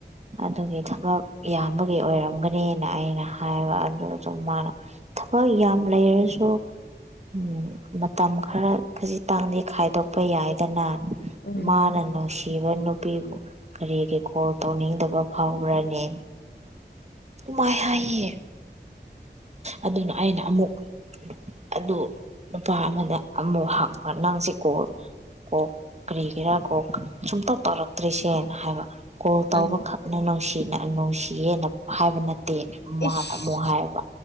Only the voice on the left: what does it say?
ꯎꯝ
ꯎꯝ
ꯏꯁ